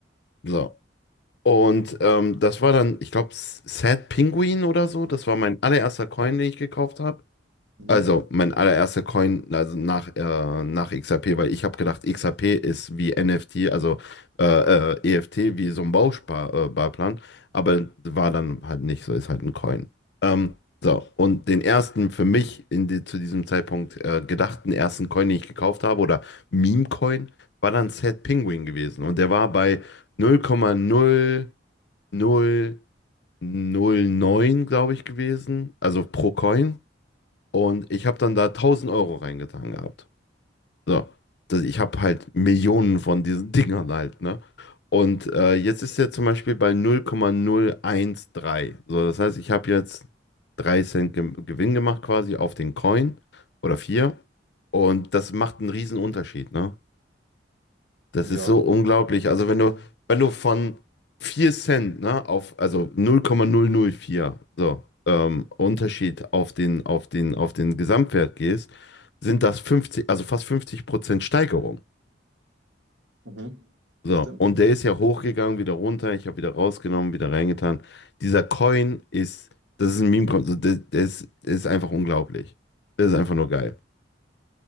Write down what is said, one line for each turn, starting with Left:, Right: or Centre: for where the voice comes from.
Left: So. Und ähm, das war dann, ich glaube, Sad Penguin oder so, das war mein allererster Coin, den ich gekauft habe.
Right: mhm.
Left: Also, mein allererster Coin, also nach, äh, nach XRP, weil ich habe gedacht, XRP ist wie NFT, also äh, äh, EFT, wie so ein Bausparplan, äh, Barplan. aber war dann halt nicht so, ist halt ein Coin. Ähm, so, und den ersten für mich in die, zu diesem Zeitpunkt äh, gedachten ersten Coin, den ich gekauft habe, oder Meme-Coin, war dann Sad Penguin gewesen. Und der war bei null Komma null null null Komma neun glaube ich, gewesen, also pro Coin. Und ich habe dann da tausend Euro reingetan gehabt. So. Das, ich habe halt Millionen von diesen <laughs> Dingern halt, ne? Und äh, jetzt ist er zum Beispiel bei null null Komma null eins drei So, das heißt, ich habe jetzt 3 Cent Ge Gewinn gemacht quasi auf den Coin oder vier Und das macht einen riesen Unterschied, ne? Das
Right: Ja,
Left: ist so unglaublich. Also wenn du, wenn du von 4 Cent, ne, auf, also null Komma null null Komma vier so, ähm, Unterschied auf den, auf den, auf den Gesamtwert gehst, sind das 50 also fast 50 Prozent Steigerung.
Right: mhm.
Left: So,
Right: Das stimmt.
Left: und der ist ja hochgegangen, wieder runter, ich habe wieder rausgenommen, wieder reingetan. Dieser Coin ist, das ist ein Meme-Coin, so, der, der ist, der ist einfach unglaublich. Das ist einfach nur geil.